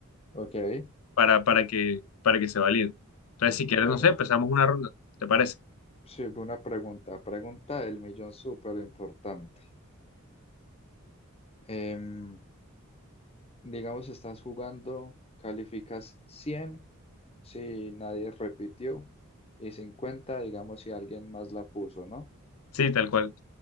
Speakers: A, on the left (about 30°); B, on the left (about 85°).
A: Ok. Y
B: para, para que, para que se valide. Entonces, si quieres,
A: bueno,
B: no sé, empezamos una ronda, ¿te parece?
A: sí, una pregunta. Pregunta del millón súper importante. Em, digamos, estás jugando, calificas 100 si nadie repitió y 50, digamos, si alguien más la puso, ¿no?
B: Sí, tal cual.